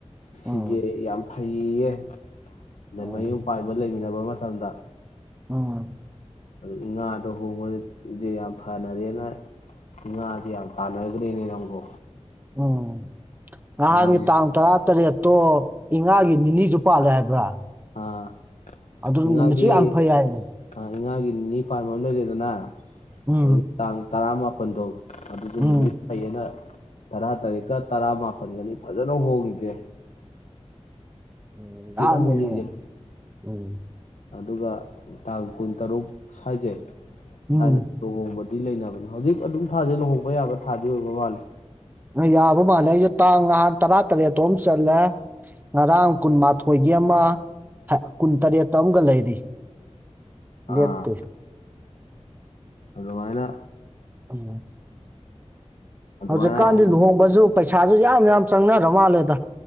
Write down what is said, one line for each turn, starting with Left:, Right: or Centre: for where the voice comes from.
Left: ꯁꯤꯁꯦ
Right: ꯎꯝ
Left: ꯌꯥꯝ ꯐꯩ ꯐꯩꯌꯦꯌꯦ ꯗꯦꯟ
Right: ꯎꯝ
Left: ꯃꯌꯨꯝ ꯄꯥꯏꯕ ꯂꯩꯃꯤꯟꯅꯕ ꯑꯃ ꯊꯪꯗ
Right: ꯎꯝ
Left: ꯑꯗꯨꯏ ꯏꯉꯥꯗ ꯍꯣꯡꯕꯗꯤ ꯌꯥꯝ ꯐꯅꯔꯦꯅ ꯏꯉꯥꯁꯦ ꯌꯥꯝ ꯇꯥꯟꯅꯒꯔ꯭ꯦꯅꯦ ꯅꯪꯕꯨ
Right: ꯎꯝ ꯅꯍꯥꯟꯒꯤ
Left: ꯅꯍꯥꯟ
Right: ꯇꯥꯡ ꯇꯔꯥꯇꯔꯦꯠꯇꯣ ꯏꯉꯥꯒꯤ ꯅꯤꯅꯤꯁꯨ ꯄꯥꯜꯂꯦ ꯍꯥꯏꯕ꯭ꯔꯥ
Left: ꯑꯥ
Right: ꯑꯗꯨ
Left: ꯏꯉꯥꯒꯤ
Right: ꯅꯨꯃꯤꯠꯁꯨ ꯌꯥꯝ ꯐꯩ ꯍꯥꯏꯕꯅꯦ
Left: ꯏꯉꯥꯒꯤ ꯅꯤꯅꯤ ꯄꯥꯟꯕ ꯑꯃ ꯂꯩꯔꯦꯗꯅ
Right: ꯎꯝ
Left: ꯑꯗꯩ ꯇꯥꯡ ꯇꯔꯥꯃꯥꯄꯟꯗꯣ ꯑꯗꯨꯁꯨ
Right: ꯎꯝ
Left: ꯅꯨꯃꯤꯠ ꯐꯩꯌꯦꯅ ꯇꯔꯥ ꯇꯥꯔꯦꯠꯀ ꯇꯔꯥꯃꯥꯄꯟꯒꯅꯤ ꯐꯖꯅ ꯍꯣꯡꯉꯦꯖꯦ
Right: ꯎꯝ
Left: ꯍꯣꯡꯉꯤꯁꯦ
Right: <unintelligible> ꯎꯝ
Left: ꯑꯗꯨꯒ ꯇꯥꯡ ꯀꯨꯟꯇꯔꯨꯛ ꯁ꯭ꯋꯥꯖꯩ
Right: ꯎꯝ
Left: ꯁꯋꯥꯏꯗ ꯂꯨꯍꯣꯡꯕ ꯂꯩꯅꯕꯅꯦ ꯍꯧꯖꯤꯛ ꯑꯗꯨꯝ ꯊꯥꯁꯦ ꯂꯨꯍꯣꯡꯕ ꯌꯥꯕ ꯊꯥꯗꯤ ꯑꯣꯏꯕ ꯃꯥꯂꯦ
Right: ꯑ ꯌꯥꯕ ꯃꯥꯜꯂꯦ ꯑꯩꯖꯨ ꯉꯥꯍꯥꯟ ꯇꯔꯥ ꯇꯔꯦꯠ ꯇꯣꯝ ꯆꯠꯂꯦ ꯉꯔꯥꯡ ꯀꯨꯟꯃꯥꯊꯣꯏꯒꯤ ꯑꯃ ꯀꯨꯟꯇꯔꯦꯠꯇ ꯑꯃꯒ ꯂꯩꯔꯤ
Left: ꯑꯥ
Right: ꯂꯦꯞꯇꯦ
Left: ꯑꯗꯨꯃꯥꯏꯅ
Right: ꯎꯝ
Left: ꯑꯗꯨꯃꯥꯏꯅ
Right: ꯍꯧꯖꯤꯛꯀꯥꯟꯗꯤ ꯂꯨꯍꯣꯡꯕꯁꯨ ꯄꯩꯁꯥ ꯄꯩꯁꯥꯁꯨ ꯌꯥꯝ ꯌꯥꯝ ꯆꯪꯅꯔ ꯃꯥꯜꯂꯦꯗ